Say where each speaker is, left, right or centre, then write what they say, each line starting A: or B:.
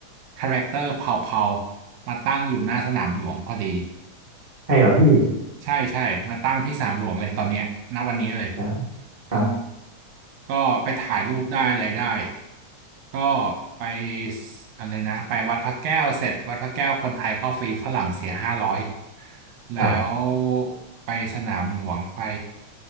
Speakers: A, on the right; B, on the right.
A: คาแรคเตอร์เผาๆ มาตั้งอยู่หน้าสนามหลวงพอดี
B: ใช่เหรอพี่
A: ใช่ใช่มาตั้งที่สนามหลวงเลยตอนเนี้ยณวันนี้เลย
B: ครับครับ
A: จนก็ไปถ่ายรูปได้อะไรได้ ก็ไปอะไรนะไปวัดพระแก้วเสร็จวัดพระแก้วคนไทยเข้าฟรีฝรั่งเสียห้าร้อยแล้ว
B: ครับ
A: ไปสนามหลวงไป